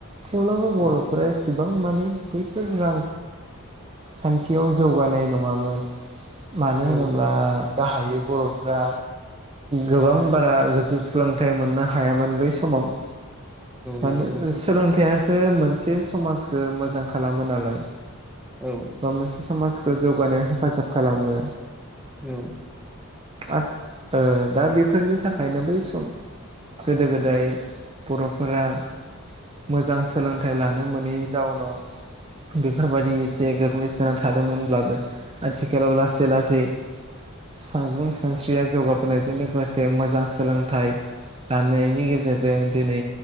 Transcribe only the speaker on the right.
थेवब्लाबो
बर'फोरा
एसेबां मानि बैफोर रां खान्थियाव जौगानाय नङामोन। मानो होनोब्ला
गाहायै बर'फ्रा गोबां बारा गोजौ सोलोंथाइ मोननो हायामोन बै समाव। मानो
सोलोंथाइयासो मोनसे समाजखौ मोजां खालामो नालाय।
बा मोनसे समाजखौ जौगानायाव हेफाजाब खालामो।
आथ ओ दा बे बेफोरनि थाखायनो बै सम गोदो गोदाय बर'फोरा मोजां सोलोंथाइ लानो मोनैनि जाउनाव बेफोरबायदि एसे गोग्लैसोना थादोंमोनब्लाबो आथिखालाव लासै लासै सांगुं सानस्रिया जौगाबोनायजों लोगोसे मोजां सोलोंथाइ गाननायनि गेजेरजों दिनै